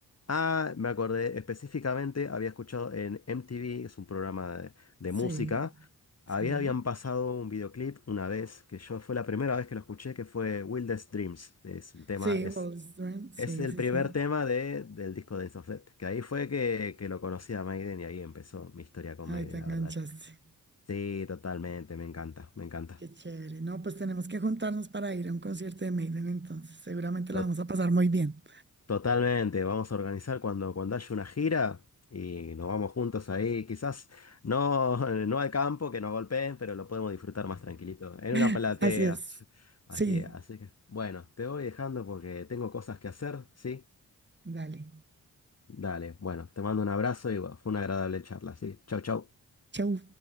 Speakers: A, on the left; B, on the right.
A: ah, me acordé específicamente, había escuchado en MTV, es un programa de, de música.
B: Sí,
A: Había,
B: sí.
A: habían pasado un videoclip una vez, que yo fue la primera vez que lo escuché, que fue Wildest Dreams. Es un tema,
B: Sí,
A: es
B: Wall Street. Sí,
A: es el
B: sí,
A: primer
B: sí.
A: tema de, del disco de of Death, que ahí fue que, que lo conocí a Maiden y ahí empezó mi historia con
B: Ahí
A: Maiden,
B: te enganchaste.
A: la verdad que. Sí, totalmente, me encanta, me encanta.
B: Qué chévere. No, pues tenemos que juntarnos para ir a un concierto de Maiden, entonces. Seguramente la
A: To-
B: vamos a pasar muy bien.
A: totalmente, vamos a organizar cuando, cuando haya una gira y nos vamos juntos ahí, quizás no, <laughs> no al campo, que nos golpeen, pero lo podemos disfrutar más tranquilito, en
B: <laughs>
A: una platea.
B: Así es.
A: Así,
B: Sí.
A: así que, bueno, te voy dejando porque tengo cosas que hacer, ¿sí?
B: Dale.
A: Dale, bueno, te mando un abrazo y bueno, fue una agradable charla, ¿sí? Chau, chau.
B: Chau.